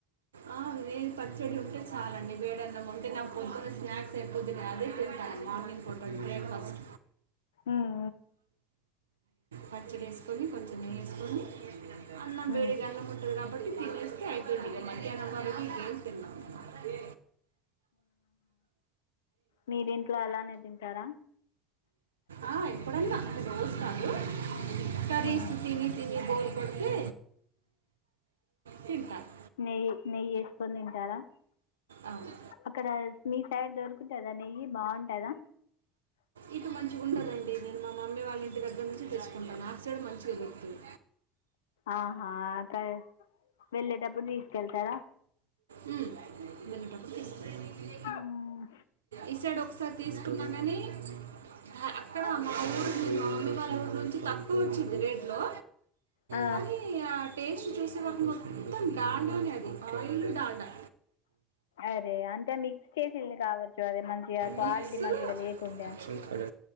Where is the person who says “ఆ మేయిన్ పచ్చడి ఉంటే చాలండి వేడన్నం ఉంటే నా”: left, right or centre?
Right